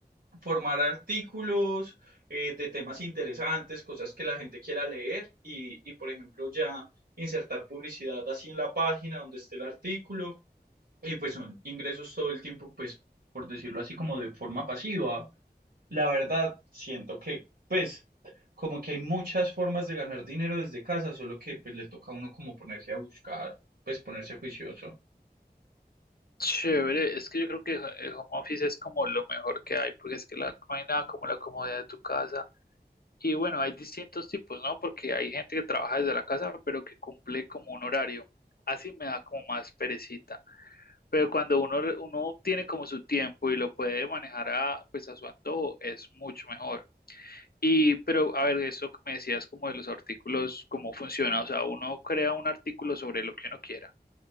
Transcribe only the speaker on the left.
Chévere, es que yo creo que el home office es como lo mejor que hay, porque es que la- no hay nada como la comodidad de tu casa. Y bueno, hay distintos tipos, ¿no? Porque hay gente que trabaja desde la casa, pero que cumple como un horario. Así me da como más perecita. Pero cuando uno, re- uno tiene como su tiempo y lo puede manejar a, pues a su antojo, es mucho mejor. Y, pero a ver, eso que me decías como de los artículos, cómo funciona. O sea, uno crea un artículo sobre lo que uno quiera.